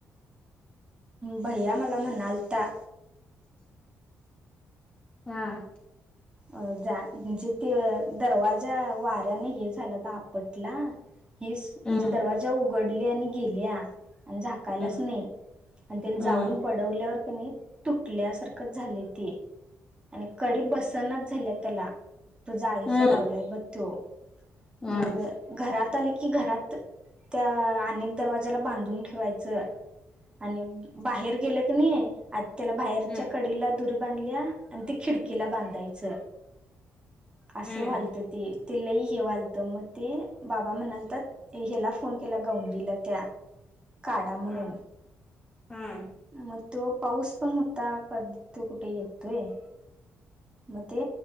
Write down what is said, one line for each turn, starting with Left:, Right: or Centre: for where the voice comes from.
Right: भैया मला म्हणालता,
Left: हा
Right: अ जा म्हणजे ते दरवाजा वाऱ्याने हे झालं का आपटला, हीच
Left: हम्म.
Right: म्हणजे दरवाजा उघडले आणि गेल्या आणि झाकायलाच
Left: हम्म.
Right: नाही, आणि त्या जाऊन
Left: हम्म.
Right: बड ल्यावर कानी तुटल्यासारखे झालय ते आणि कडी बसत सणच झाल्या त्याला तो जाळीचा
Left: हम्म.
Right: लावलाय ब तो
Left: हम्म.
Right: मग घरात आले की घरात त्या अनेक दरवाज्याला बांधून ठेवायचं, आणि बाहेर गेलं कनी त्याला बाहेरच्या
Left: हम्म.
Right: कडीला दुर बंधल्या आणि ते खिडकीला बांधायच अस
Left: हम्म. हम्म.
Right: व्हा ते ते लई हे वालतं मग ते बाबा म्हणालतत, ह्याला फोन केला गवंडीला त्या काढा म्हणून,
Left: हम्म. हम्म
Right: मग तो पाऊस पण होता कध तो कुठे येतोय, मग ते